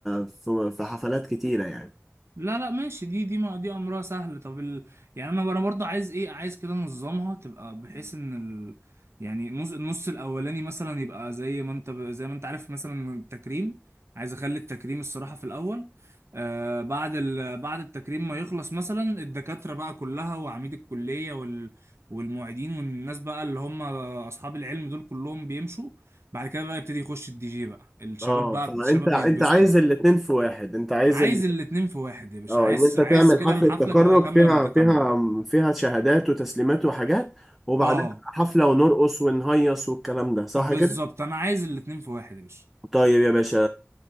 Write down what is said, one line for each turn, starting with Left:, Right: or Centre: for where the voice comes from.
Centre: في, في حفلات كتيرة يعني
Right: لا لا ماشي دي دي ما دي امرها سهل طب ال... يعني انا انا برضه عايز ايه عايز كده انظمها تبقى بحيث ان ال... يعني النص النص الاولاني مثلا يبقى زي ما انت ب... زي ما انت عارف مثلا التكريم عايز اخلي التكريم الصراحه في الاول آه بعد ال... بعد التكريم ما يخلص مثلا الدكاتره بقى كلها وعميد الكليه وال... والمعيدين والناس بقى اللي هم اصحاب العلم دول كلهم بيمشوا بعد كده بقى يبتدي يخش الدي جي بقى الشباب
Centre: اه
Right: بقى
Centre: فأنت
Right: الشباب
Centre: أنت
Right: يتبسطوا
Centre: عايز
Right: بقى
Centre: الاتنين في واحد أنت عايز
Right: عايز
Centre: إن
Right: الاتنين في واحد يا باشا
Centre: اه
Right: عايز
Centre: إن أنت
Right: عايز
Centre: تعمل
Right: كده
Centre: حفلة
Right: الحفلة
Centre: تخرج
Right: تبقى كاملة
Centre: فيها
Right: متكاملة
Centre: فيها فيها شهادات وتسليمات وحاجات وبعدها
Right: اه
Centre: حفلة ونرقص ونهيص والكلام ده صح
Right: بالظبط
Centre: كده؟
Right: انا عايز الاتنين في واحد يا باشا
Centre: طيب يا باشا